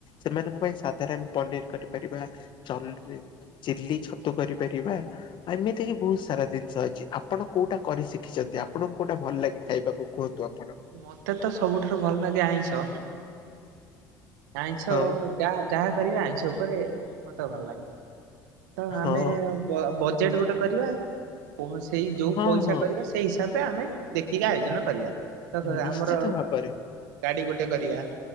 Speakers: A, on the left (about 55°); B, on the right (about 75°).
A: ସେମାନଙ୍କ ପାଇଁ ସାଧାରଣ ପନିର କରିପାରିବାଉ ନ। ଚିଲି ଛତୁ କରିପାରିବା ଏମିତିକି ବହୁତ ସାରା ଜିନିଷ ଅଛି ଆପଣ କୋଉଟା କରି ଶିଖିଛନ୍ତି ଆପଣଙ୍କୁ କୋଉଟା ଭଲ ଲାଗେ? ଖାଇବାକୁ କୁହନ୍ତୁ ଆପଣ
B: ମୋତେ ତ ସବୁଠାରୁ ଭଲ ଲାଗେ ଆଇଁଷ ଆଇଁଷ
A: ହଁ
B: ଯାହା ଯାହା କରିବା ଆଇଁଷ ଉପରେ ମୋତେ ଭଲ ଲାଗେ। ତ
A: ହଁ
B: ଆମେ ବଜେଟ ଗୋଟେ କରିବା ସେଇ ଯୋଉ
A: ହଁ
B: ପଇସା
A: ହଁ
B: କରିବା। ସେଇ ହିସାବରେ ଆମେ ଦେଖିକି ଆୟୋଜନ କରିବା ତ
A: ନିଶ୍ଚିତ
B: ଆମର
A: ଭାବରେ
B: ଗାଡି ଗୋଟେ କରିବା